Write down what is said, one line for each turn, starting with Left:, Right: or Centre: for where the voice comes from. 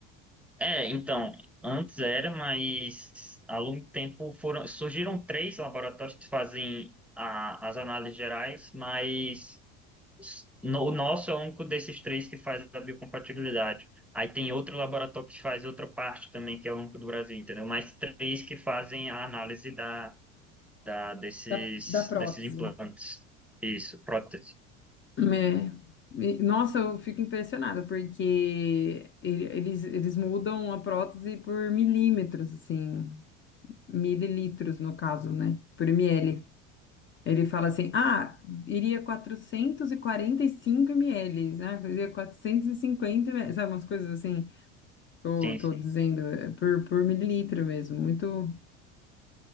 Centre: É, então, antes era, mas há longo tempo foram, surgiram três laboratórios que fazem a- as análises gerais, mas No- o nosso é o único desses três que faz a biocompatibilidade. Aí tem outro laboratório que faz outra parte também, que é o único do Brasil, entendeu? Mas três que fazem a análise da, da, desses,
Left: da, da prótese.
Centre: desses implantes. Isso, prótese.
Left: É. E, Nossa, eu fico impressionada, porque ele- eles, eles mudam a prótese por milímetros, assim, mililitros no caso, né? Por ml. Ele fala assim, ah, iria quatrocentos e e quarenta e cinco ml, ah, iria 450 ml, sabe, umas coisas assim, tô,
Centre: Sim,
Left: tô
Centre: sim.
Left: dizendo, é, por, por mililitro mesmo, muito,